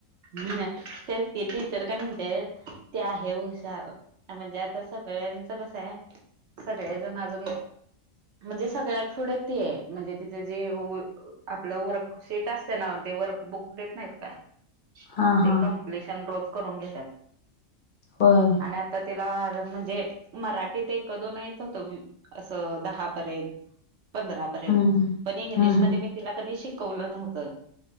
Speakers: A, on the right; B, on the left.
A: <unintelligible> ह तेच ते टीचर काय म्हणते ते आहे हुशार म्हणजे आता सगळ्यांचं कसंहाय सगळे जण अजून म्हणजे सगळ्यात थोडे तेय म्हणजे तिचे जे आपलं वर्क सेट असत ना ते वर्क बुक देत नाहीत का <unintelligible>
B: हा
A: ते
B: हा
A: कपलेशन रोज करून घेत्यात
B: होय
A: आणि आता ते <unintelligible> म्हणजे मराठीत एक दोन येत होत असं दहा पर्यंत पंधरा पर्यंत
B: हम्म हम्म
A: पण इंग्लिशमध्ये
B: हम्म हम्म
A: मी तिला कधी शिकवलं नव्हतं